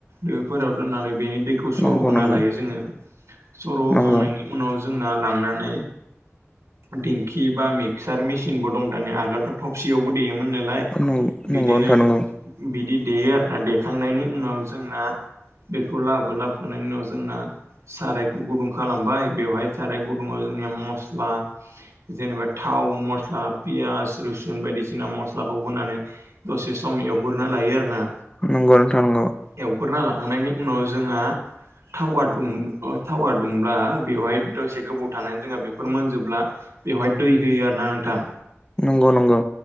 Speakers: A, on the right; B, on the left.
A: दोफोराव दोननानै बेनि दैखौ सर'
B: नंगौ
A: होना
B: नंगौ
A: लायो जोङो। सर' होखांनायनि
B: नंगौ
A: उनाव जोंना लांनानै दिंखि एबा मिक्सार मेसिनबो दं दानिया आगोलथ' थफसियावबो देयोमोन नालाय
B: नंगौ
A: बिदिनो
B: नोंथां नंगौ
A: बिदि देयो आरोना देखांनायनि उनाव जोंना बेखौ लाबो-लाब बोनायनि उनाव जोंना सारायखौ गुदुं खालामबाय बेवहाय साराय गुदुंङाव जोंनिया मस्ला जेनेबा थाव मस्ला पियास रुसुन बायदिसिना मस्लाखौ होनानै दसे सम एवग्रोना लायो आरो ना।
B: नंगौ नोथां नंगौ।
A: एवग्रोना लाखांनायनि उनाव जोंहा टावा दुं अ टावा दुंब्ला बेवहाय दसे गोबाव थानानै जोंहा बेफोर मोनजोबब्ला बेवहाय दै होयो आरो ना नोंथां।
B: नंगौ-नंगौ।